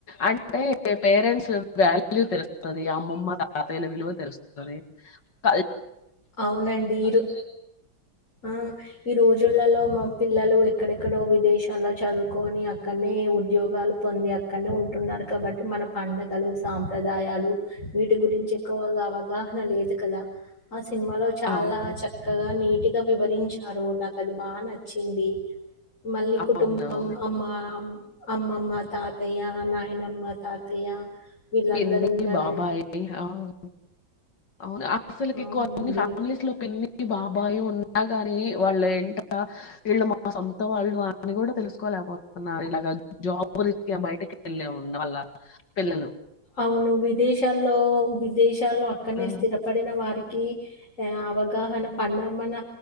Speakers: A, on the left (about 65°); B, on the left (about 40°).
A: అంటే పేరెంట్స్ వాల్యూ తెలుస్తది అమ్మమ్మ తాతయ్యల విలువ తెలుస్తది ఆ
B: అవునండి ఈరో ఆ ఈ రోజ్ జుల్లలో మా పిల్లలు ఎక్కడెక్కడో విదేశాల చదువుకొని అక్కడనే ఉద్యోగాలు పొంది అక్కడనే ఉంటున్నారు కాబట్టి మన. పండగలు సాంప్రదాయాలు వీటి గురించి ఎక్కువగా అవగాహన లేదు కదా. ఆ సినిమాలో చాలా
A: అవును.
B: చక్కగా నీటుగా వివ వివరించారు నాకు అది బాగా నచ్చింది. మళ్ళీ
A: అవునవును.
B: కుటుంబం అమ్మ ఆమ్. అమ్మమ్మ తాతయ్య నాయినమ్మ తాతయ్య. వీళ్ళందరూ
A: పన్నీర్
B: ఉండడం
A: బాబా ఏ ఆహ్. అవునా ఆహ్. అస్సలకి
B: అవునండి
A: ఎక్కువన్ని ఫ్యామిలీస్ లో పిన్ని బా అబ్బాయి ఉన్నా గాని వాళ్ళు ఎంట వీళ్ళు మా సొంత వాళ్ళు అని కూడా తెలుసుకోలేకపోతున్నారు. ఇలాగ జాబు రీత్యా బయటకి వెళ్ళిన ఉన్న వాళ్ళ పిల్లలు.
B: అవును విదేశాల్లో విదేశ. విదేశాల్లో అక్కడనే
A: ఆ!
B: స్థిరపడిన వారికి. కి ఆహ్ అవగాహన పండగ మన